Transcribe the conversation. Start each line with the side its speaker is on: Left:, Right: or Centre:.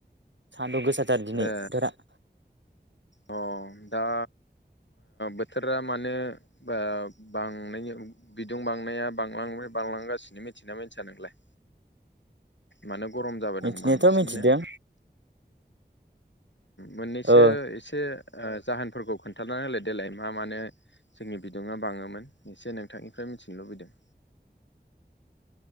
Right: सान्दुं गोसाथार दिनै
Left: ए
Right: बोथोरा।
Left: अ दा बोथोरा माने बां बिदुं बांनाया बांलां बांलांगासिनो मिथिना मिथिया नोंलाय? माने गरम जाबोदों
Right: मिथिनायाथ'
Left: बांसिननो
Right: मिथिदों
Left: मोननैसो
Right: ओ
Left: एसे जाहोनफोरखौ खोन्थानानै होलाय देलाय मा मानो जोंनि बिदुङा बाङोमोन एसे नोंथांनिफ्राय मिथिनो लुबैदों।